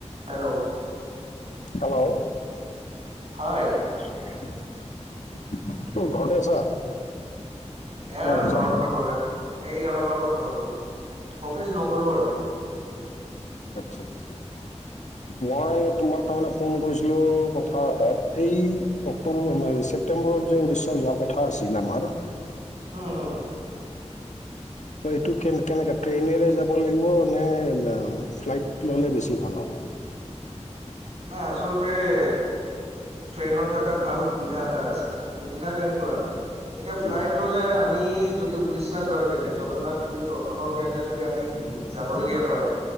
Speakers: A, on the right; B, on the left.
A: Hello
B: hello
A: হয়
B: তোৰ ঘৰতে আছা?
A: এ,
B: নাই অফিচত।
A: ঘৰ পালো এ এই অলপ আগত ঘৰ পালো অফিচ নগলো আৰু।
B: আচ্ছা আচ্ছা। মই তোমাৰ তাৰমানে ফোন কৰিছিলো কথা এটাত এই অক্টোবৰ ছেপটেম্বৰত যে উৰিষ্যা যোৱা কথা আছিল আমাৰ,
A: উম হম,
B: ত এইটো কে কেনেকে ট্ৰেইনেৰে যাব লাগিব নে ফ্লাইট ললে বেছি ভাল হ'ব?
A: নাই আচলতে এ, ট্ৰেইনত এটা ভাল সুবিধা এটা আছে। সুবিধা কেনেকুৱা এতিয়া ফ্লাইট
B: উম
A: ললে আমি যদি উৰিষ্যা যোৱাৰ কাৰণে জগন্নাথ পুৰী দৰ্শনৰ কাৰণে যদি আমি যাব লগীয়া হয়,